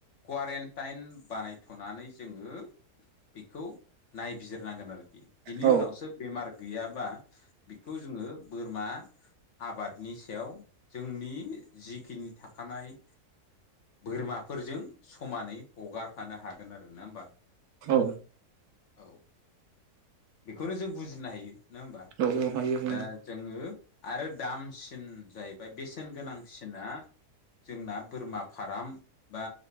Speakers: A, on the left (about 50°); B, on the right (about 70°).
A: कवारेन्टाइन बानायथ'नानै जोङो बेखौ नायबिजिरनांगोन आरोखि बिनि
B: औ
A: उनावसो बेमार गैयाबा बेखौ जोङो बोरमा आबादनि सायाव जोंनि जिखिनि थाखानाय बोरमाफोरजों समानै हगारफानो हागोन आरो ना होमबा
B: औ
A: औ बेखौनो जों बुजिनो हायो नङा हबा
B: औ हायो हायो
A: दा जोङो आरो दामसिन जाहैबाय बेसेन गोनांसिना जोंना बोरमा फार्म बा